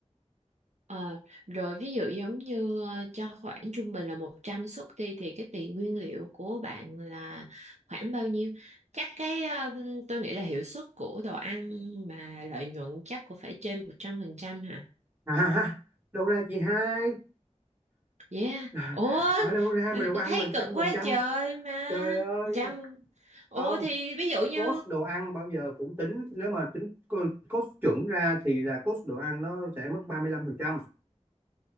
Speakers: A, on the right (about 70°); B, on the right (about 15°).
A: Ờ, rồi ví dụ giống như ờ, cho khoảng trung bình là 100 suất đi thì cái tiền nguyên liệu của bạn là khoảng bao nhiêu? Chắc cái ờ, tôi nghĩ là hiệu suất của đồ ăn mà lợi nhuận chắc cũng phải trên 100% hả?
B: À, ha, đâu ra chị hai
A: Yeah.
B: <laughs>
A: Ủa,
B: ở đâu ra mà đồ
A: tôi
B: ăn
A: thấy
B: mà
A: cực
B: trăm
A: quá
B: phần trăm
A: trời mà.
B: trời ơi
A: Trăm. Ủa
B: không
A: thì ví dụ như
B: cost đồ ăn bao giờ cũng tính nếu mà tính co- cost chuẩn ra thì là cost đồ ăn nó sẽ mất 35 phần trăm